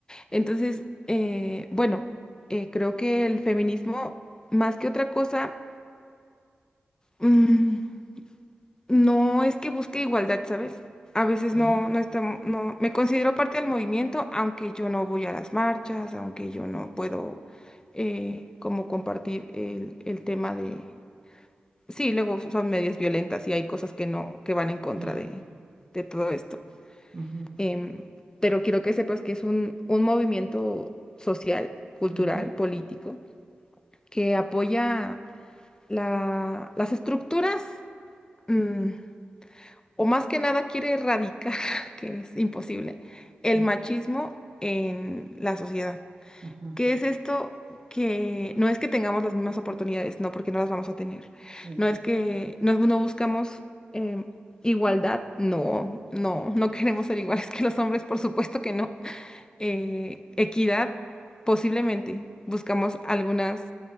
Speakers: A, on the left (about 20°); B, on the right (about 35°).
A: Entonces, eh, bueno, eh, creo que el feminismo, más que otra cosa, mm, No es que busque igualdad, ¿sabes? A veces
B: ok,
A: no, no está, no, me considero parte del movimiento, aunque yo no voy a las marchas, aunque yo no puedo eh, como compartir el, el tema de, sí, luego son medias violentas y hay cosas que no, que van en contra
B: sí,
A: de, de todo esto.
B: ujú,
A: Em, pero quiero que sepas que es un, un movimiento social, cultural,
B: ujú,
A: político, que apoya la- las estructuras. mm, o más que nada quiere erradicar, <laughs> que es imposible, el
B: sí,
A: machismo en la sociedad.
B: ujú,
A: ¿Qué es esto? Que no es que tengamos las mismas oportunidades, no, porque no las vamos a tener.
B: sí,
A: No es que no, no buscamos em, igualdad, no, no, no <laughs> queremos ser iguales que los hombres, por supuesto que no. Eh, equidad, posiblemente. Buscamos algunas